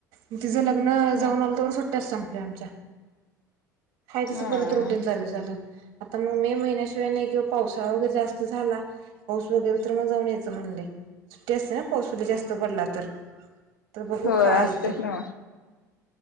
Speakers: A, on the right; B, on the left.
A: मग तिझं लग्न
B: हम्म
A: जाऊन आलं तर सुट्ट्या सांग आमच्या हय तस
B: हा
A: परत रुटींग ल झालं आता मग मे महिन्याशिवाय नाही किंवा पावसाळा वगैरे जास्त झाला. पाऊस वगैरे तर मग जाऊन यायचं म्हणलंय. सुट्टी असते ना पाऊसली जास्त पडला तर तर बघू
B: होय
A: काय
B: असतेच
A: होते
B: ना